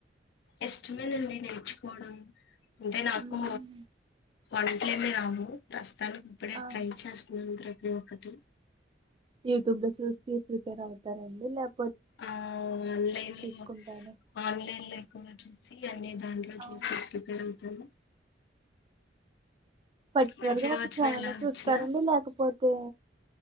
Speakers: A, on the left; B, on the right.
A: ఇష్టమెనండి నేర్చుకోడం అంటే నాకు
B: మ్మ్.
A: వంట్లేమి రావు ప్రస్తానికి ఇప్పుడే
B: ఆ
A: ట్రై చేస్తున్నాన్ ప్రతి ఒక్కటి
B: యూట్యూబ్ లో చూసి పి ప్రిపేర్ అవుతానండి లేక్
A: ఆ ఔన్ ఆన్లైన్
B: తీసుకుంటారా
A: లో ఆన్లైన్ లో ఎక్కువగా చూసి అన్ని దాంట్లో
B: అవు
A: చూసి ప్రిపేర్ అవుతాను
B: పట్టికులర్
A: మంచిగా
B: గా ఒక
A: వచ్చినా
B: ఛానల్
A: ఎలా
B: చూస్తారండి
A: వచ్చినా
B: లేకపోతే